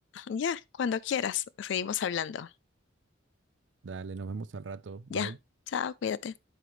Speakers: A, on the left; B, on the right.
A: Ya, cuando quieras, seguimos hablando.
B: Dale, nos vemos al rato. Bye.
A: Ya, chao, cuídate.